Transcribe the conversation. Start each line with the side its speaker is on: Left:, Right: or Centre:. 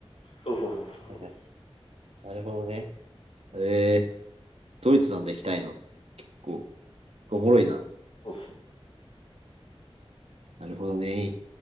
Left: そうそうそうそう。
Right: はいはい。なるほどね。えー、ドイツなんだ、行きたいの。こう、おもろいな。
Left: そうっすね
Right: なるほどね。